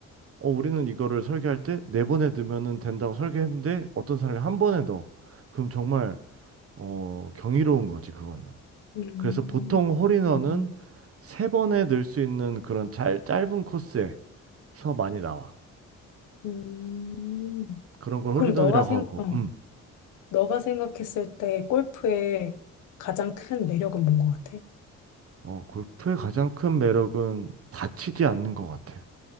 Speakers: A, on the right; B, on the left.
A: 어, 우리는 이거를 설계할 때 네 번에 넣으면 된다고 설계했는데 어떤 사람이 한 번에 넣어. 그럼 정말 어, 경이로운 거지, 그거는.
B: 음,
A: 그래서 보통
B: 그렇구나.
A: 홀인원은 세 번에 넣을 수 있는 그런 짤, 짧은 코스에서 많이 나와.
B: 음.
A: 그런 걸
B: 그럼
A: 홀인원이라고
B: 너가 생,
A: 하고,
B: 어,
A: 음.
B: 너가 생각했을 때 골프의 가장 큰 매력은 뭔 것 같아?
A: 어, 골프의 가장 큰 매력은 다치지 않는 것 같아.